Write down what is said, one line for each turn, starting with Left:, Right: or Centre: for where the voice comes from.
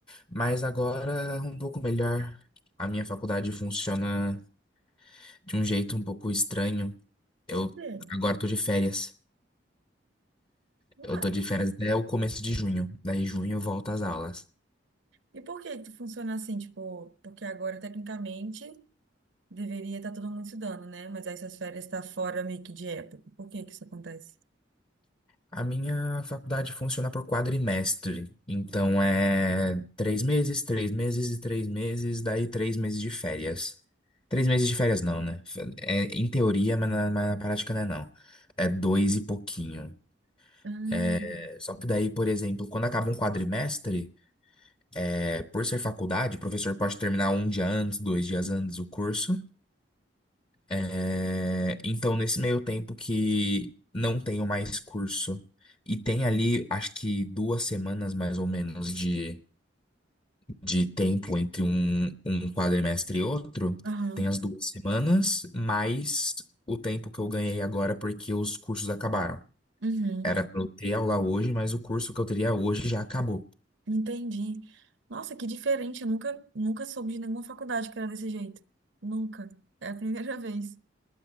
Left: Mas agora um pouco melhor. A minha faculdade funciona de um jeito um pouco estranho. Eu
Right: Por quê?
Left: agora tô de férias.
Right: Uai.
Left: Eu tô de férias até o começo de junho. Daí junho volta às aulas.
Right: E por que que funciona assim? Tipo, porque agora, tecnicamente, deveria estar todo mundo estudando, né? Mas aí essas férias estão fora meio que de época. Por que que isso acontece?
Left: A minha faculdade funciona por quadrimestre, então é três meses, três meses e três meses, daí três meses de férias. Três meses de férias não, né? É, em teoria, mas na, mas na prática não é não. É dois e pouquinho.
Right: Hum.
Left: É, só que daí, por exemplo, quando acaba um quadrimestre, é, por ser faculdade, o professor pode terminar um dia antes, dois dias antes o curso. É, então, nesse meio tempo que não tenho mais curso e tem ali, acho que duas semanas mais ou menos de, de tempo entre um, um quadrimestre e outro,
Right: Aham.
Left: tem as duas semanas, mais o tempo que eu ganhei agora porque os cursos acabaram.
Right: Uhum.
Left: Era para eu ter aula hoje, mas o curso que eu teria hoje já acabou.
Right: Entendi. Nossa, que diferente. Eu nunca, nunca soube de nenhuma faculdade que era desse jeito. Nunca. É a primeira <laughs> vez.